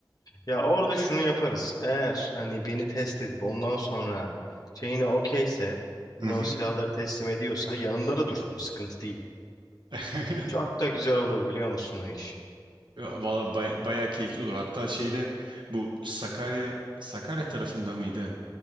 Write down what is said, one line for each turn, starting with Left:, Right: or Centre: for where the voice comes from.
Left: Ya orada şunu yaparız. Eğer hani beni test edip ondan sonra şeyine okeyse yine
Right: Hı hı.
Left: o silahları teslim ediyorsa yanında da dursun sıkıntı değil.
Right: <laughs>
Left: Çok da güzel olur biliyor musun o iş?
Right: Ya, Valla bay- bayağı keyifli olur. Hatta şeyde bu Sakarya Sakarya tarafında mıydı?